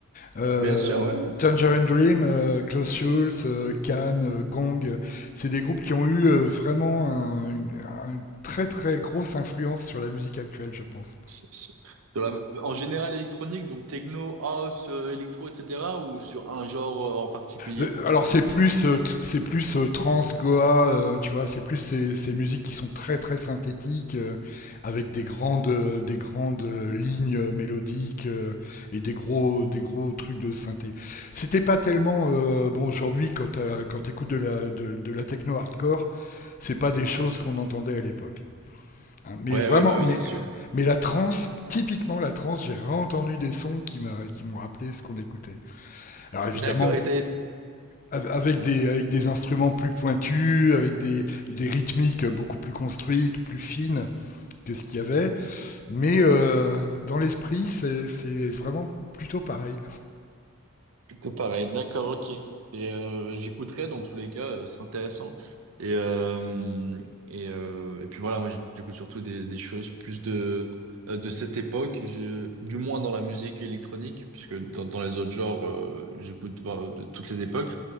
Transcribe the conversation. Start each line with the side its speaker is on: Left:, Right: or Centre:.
Left: Euh,
Right: Bien sûr, ouais, oui.
Left: Tangerine Dream, euh, Klaus Schulze, euh, Can, euh, Gong, euh, c'est des groupes qui ont eu euh, vraiment un- une un- une très très grosse influence sur la musique actuelle, je pense.
Right: Sur- sur- sur la- En général, électronique, donc techno, house, euh, électro, etc., ou sur un genre euh, en particulier?
Left: Euh, Alors c'est plus euh, tr- c'est plus euh, trans Goa, euh, tu vois, c'est plus ces, ces musiques qui sont très très synthétiques euh, avec des grandes euh, des grandes euh, lignes euh, mélodiques euh, et des gros des gros trucs de synthé. C'était pas tellement euh, bon aujourd'hui quand t'as- quand t'écoutes de la de, de la techno hardcore, c'est pas des choses qu'on entendait à l'époque. hein. mais
Right: Ouais,
Left: vraiment
Right: ouais, bah oui,
Left: mais
Right: c'est sûr.
Left: mais la trance, typiquement la trance, j'ai réentendu des sons qui m'a qui m'ont rappelé ce qu'on écoutait. Alors évidemment,
Right: D'accord. Et t'as
Left: Av- Avec des, avec des instruments plus pointus, avec des, des rythmiques beaucoup plus construites, plus fines que ce qu'il y avait. Mais euh, dans l'esprit, c'est, c'est vraiment plutôt pareil.
Right: Tout pareil, d'accord, ok. Et euh, j'écouterai dans tous les cas, euh, c'est intéressant. Et euh, et euh, et puis voilà, moi j'écoute surtout des des choses plus de euh, de cette époque, je, du moins dans la musique électronique, puisque dans, dans les autres genres, euh, j'écoute euh, de toutes les époques.